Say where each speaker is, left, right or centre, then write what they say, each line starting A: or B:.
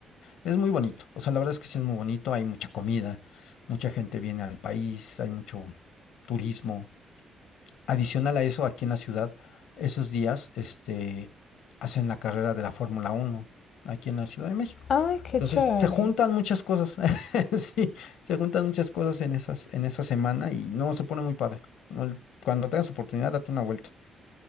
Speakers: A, on the left; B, on the left.
A: Es muy bonito. O sea, la verdad es que sí es muy bonito. Hay mucha comida, mucha gente viene al país, hay mucho turismo. Adicional a eso, aquí en la ciudad, esos días, este, hacen la carrera de la Fórmula Uno aquí en la Ciudad de México.
B: Ay, qué
A: Entonces,
B: chévere.
A: se juntan muchas cosas, <laughs> sí, se juntan muchas cosas en esas, en esa semana y no, se pone muy padre. No, el- Cuando tengas oportunidad, date una vuelta.